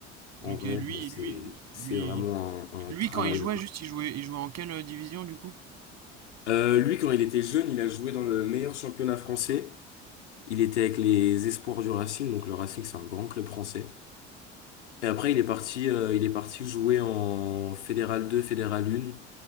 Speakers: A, on the right (about 50°); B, on the left (about 75°).
A: Ok,
B: En vrai,
A: lui,
B: c'est,
A: lui,
B: c'est
A: lui.
B: vraiment un,
A: Lui,
B: un travail.
A: quand il jouait, juste, il jouait, il jouait en quelle euh, division du coup?
B: Euh, lui, quand il était jeune, il a joué dans le meilleur championnat français. Il était avec les Espoirs du Racing, donc le Racing, c'est un grand club français. Et après, il est parti, euh, il est parti jouer en Fédéral 2, Fédéral 1,